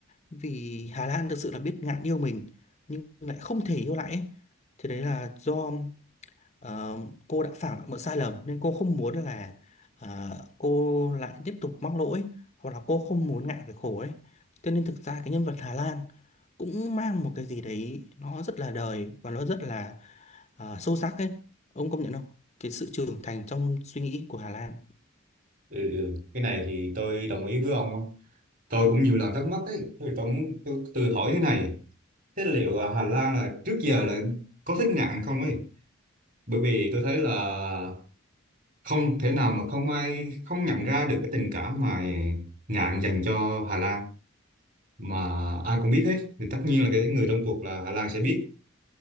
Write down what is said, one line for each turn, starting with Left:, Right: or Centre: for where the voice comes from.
Left: vì Hà Lan thực sự là biết Ngạn yêu mình nhưng lại không thể yêu lại ấy. Thì đấy là do Ờ, cô đã phạm một sai lầm nên cô không muốn là ờ, cô lại tiếp tục mắc lỗi hoặc là cô không muốn ngại về khổ ấy cho nên thực ra cái nhân vật Hà Lan cũng mang một cái gì đấy nó rất là đời và nó rất là ờ, sâu sắc ấy ông công nhận không cái sự trưởng thành trong suy nghĩ của Hà Lan
Right: ừ, ừ. cái này thì tôi đồng ý với ông không tôi cũng nhiều lần thắc mắc ấy thì tôi muốn tôi tự hỏi thế này thế liệu à, Hà Lan là trước giờ là có thích nạn không ấy bởi vì tôi thấy là không thể nào mà không ai không nhận ra được cái tình cảm mà Ngạn dành cho Hà Lan mà ai cũng biết hết thì tất nhiên là cái người trong cuộc là Hà Lan sẽ biết